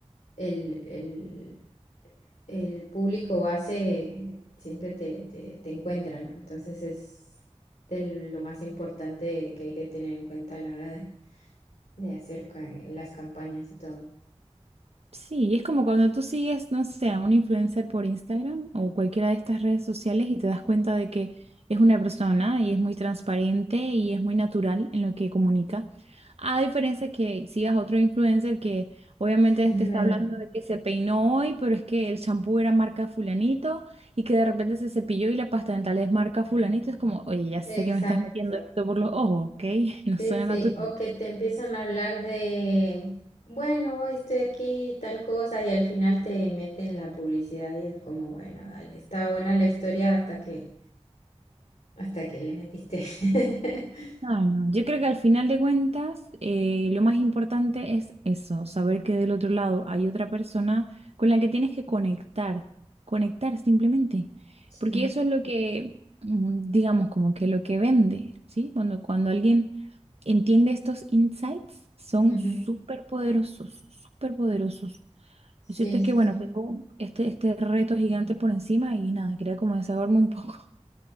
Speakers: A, on the left; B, on the right.
A: el, el, el público base, siempre te, te, te encuentra, ¿no? Entonces es de lo más importante que hay que tener en cuenta a la hora de, de hacer ca- las campañas y todo.
B: Sí, y es como cuando tú sigues, no sé, a un influencer por Instagram o cualquiera de estas redes sociales y te das cuenta de que es una persona y es muy transparente y es muy natural en lo que comunica. A diferencia que sigas a otro influencer que obviamente
A: <laughs> Es
B: te está
A: verdad.
B: hablando de que se peinó hoy, pero es que el champú era marca fulanito y que de repente se cepilló y la pasta dental es marca fulanito. Es como, oye, ya
A: Exacto.
B: sé que me estás metiendo esto por los ojos, ¿ok? <laughs> No
A: Sí,
B: suena
A: sí,
B: natural.
A: o que te empiezan a hablar de, bueno, hoy estoy aquí, y tal cosa, y al final te meten la publicidad y es como, bueno, dale, estaba buena la historia hasta que, hasta que le metiste. <laughs>
B: No, no. Yo creo que al final de cuentas, eh, lo más importante es eso, saber que del otro lado hay otra persona con la que tienes que conectar, conectar simplemente,
A: Sí,
B: porque eso es lo que, mm, digamos, como que lo que vende, ¿sí? Cuando, cuando alguien entiende estos insights, son
A: ujú,
B: súper poderosos, súper poderosos.
A: Sí,
B: Lo cierto es
A: sí,
B: que, bueno,
A: sí.
B: tengo este, este reto gigante por encima y nada, quería como desahogarme un <laughs> poco.